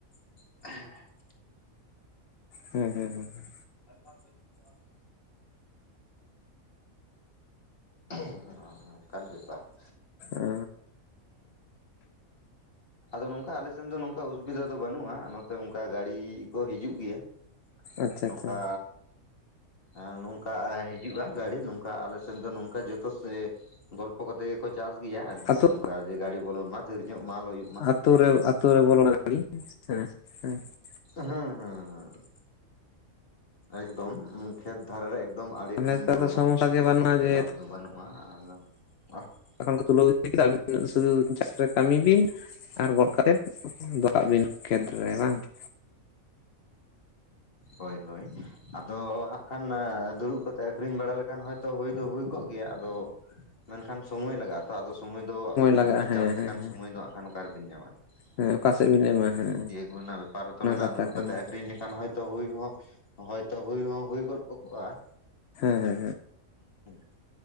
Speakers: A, on the left; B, on the left.
A: <unintelligible>
B: ᱦᱩᱸ ᱦᱩᱸ ᱦᱩᱸ ᱦᱩᱸ
A: <unintelligible> ᱚᱻ <unintelligible> ᱚᱝᱠᱟᱱ ᱵᱮᱯᱟᱨ ᱾
B: ᱚ
A: ᱟᱫᱚ ᱱᱚᱝᱠᱟ ᱟᱞᱮᱥᱮᱱ ᱫᱚ ᱱᱚᱝᱠᱟ ᱚᱥᱩᱵᱤᱫᱷᱟ ᱫᱚ ᱵᱟᱹᱱᱩᱜᱼᱟ, ᱱᱚᱛᱮ ᱚᱝᱠᱟ ᱜᱟᱲᱤ ᱠᱚ ᱦᱤᱡᱩᱜ ᱜᱮᱭᱟ ᱾
B: ᱟᱪᱪᱷᱟ
A: ᱱᱚᱝᱠᱟᱻ
B: ᱟᱪᱪᱷᱟ
A: ᱟᱻ ᱱᱚᱝᱠᱟ ᱦᱤᱡᱩᱜᱼᱟ ᱜᱟᱹᱲᱤ ᱱᱚᱝᱠᱟ ᱟᱞᱮ ᱥᱮᱱ ᱫᱚ ᱱᱚᱝᱠᱟ ᱡᱚᱛᱚ ᱥᱮᱼᱼ ᱜᱚᱞᱯᱚ ᱠᱟᱛᱮ ᱜᱮᱠᱚ ᱪᱟᱥ ᱜᱮᱭᱟ ᱟᱨᱠᱤ
B: ᱟᱛᱳ
A: ᱱᱚᱝᱠᱟ ᱡᱮ ᱜᱟᱹᱲᱤ ᱵᱚᱞᱚᱱ ᱢᱟ ᱫᱷᱮᱨ ᱧᱚᱜ ᱢᱟᱞ ᱦᱩᱭᱩᱜᱼᱼ
B: ᱟᱛᱳ ᱨᱮ ᱟᱛᱳ ᱨᱮ ᱵᱚᱞᱚᱱᱟ ᱜᱟᱲᱤ ᱦᱮᱸ ᱦᱮᱸ ᱾
A: ᱦᱩᱸ ᱦᱩᱸ ᱦᱩᱸ ᱾ ᱮᱠᱫᱚᱢ ᱠᱷᱮᱛ ᱫᱷᱟᱨᱮ ᱨᱮ ᱮᱠᱫᱚᱢ ᱟᱹᱲᱤ
B: ᱛᱟᱦᱚᱞᱮ
A: ᱴᱷᱮᱱ
B: ᱱᱮᱛᱟᱨ
A: ᱵᱚᱞᱚᱱᱟ,
B: ᱫᱚ ᱥᱚᱢᱚᱥᱥᱟ ᱜᱮ ᱵᱟᱹᱱᱩᱜᱼᱟ ᱡᱮ
A: ᱪᱟᱯ ᱫᱚ ᱵᱟᱹᱱᱩᱜᱼᱟ ᱟᱫᱚᱼᱼ <unintelligible>
B: ᱛᱚᱠᱷᱚᱱ ᱠᱚ ᱛᱩᱞᱟᱹᱣ ᱤᱫᱤ ᱠᱮᱫᱟ ᱟᱵᱤᱱ ᱫᱚ ᱥᱩᱫᱩ ᱪᱟᱥ ᱨᱮ ᱠᱟᱹᱢᱤ ᱵᱤᱱ ᱟᱨ ᱜᱚᱫ ᱠᱟᱛᱮᱫ ᱫᱚᱼᱼ ᱠᱟᱜ ᱵᱤᱱ ᱠᱷᱮᱛ ᱨᱮ ᱵᱟᱝ ᱾
A: ᱦᱳᱭ ᱦᱳᱭ ᱾ ᱟᱫᱚ ᱦᱟᱸᱜ ᱠᱷᱟᱱ ᱫᱩᱲᱩᱵ ᱠᱟᱛᱮᱜ ᱟᱠᱷᱨᱤᱧ ᱵᱟᱲᱟ ᱞᱮᱠᱷᱟᱱ ᱦᱚᱭᱛᱚ ᱦᱩᱭ ᱫᱚ ᱦᱩᱭ ᱠᱚᱜ ᱜᱮᱭᱟ, ᱟᱫᱚᱼᱼ ᱢᱮᱱᱠᱷᱟᱱ ᱥᱚᱢᱚᱭ ᱞᱟᱜᱟᱜᱼᱟ ᱛᱚ ᱟᱫᱚᱼᱼ ᱥᱚᱢᱚᱭ ᱫᱚ ᱩᱱᱟᱹᱜ
B: ᱞᱟᱜᱟᱜᱼᱟ
A: ᱵᱤᱱ
B: ᱦᱮᱸ
A: ᱪᱟᱥ ᱞᱮᱠᱷᱟᱱ
B: ᱦᱮᱸ ᱦᱮᱸ
A: ᱥᱚᱢᱚᱭ ᱫᱚ ᱦᱟᱸᱜ ᱠᱷᱟᱱ ᱚᱠᱟ ᱨᱮᱵᱤᱱ ᱧᱟᱢᱟ,
B: ᱦᱮᱸ ᱚᱠᱟ
A: ᱦᱩᱸ
B: ᱥᱮᱫ ᱵᱤᱱ ᱮᱢᱟ ᱦᱮᱸ
A: ᱤᱫᱤ ᱟᱹᱜᱩ ᱨᱮᱱᱟᱜ ᱵᱮᱼᱼ ᱯᱟᱨ ᱦᱚᱛᱚ
B: ᱚᱱᱟ
A: ᱢᱮᱱᱟᱜᱼᱟ
B: ᱠᱟᱛᱷᱟ
A: ᱫᱩᱲᱩᱵ
B: ᱠᱟᱱᱟ
A: ᱠᱟᱛᱮᱜ ᱟᱠᱷᱨᱤᱧ ᱞᱮᱠᱷᱟᱱ ᱦᱳᱭᱼᱼ ᱛᱚ ᱦᱩᱭ ᱦᱚᱸ ᱦᱚᱭᱛᱚ ᱦᱩᱭ ᱦᱚᱸ ᱦᱩᱭ ᱜᱚᱫ ᱠᱚ ᱠᱚᱜᱼᱟ
B: ᱦᱮᱸ ᱦᱮᱸ ᱦᱮᱸ
A: ᱾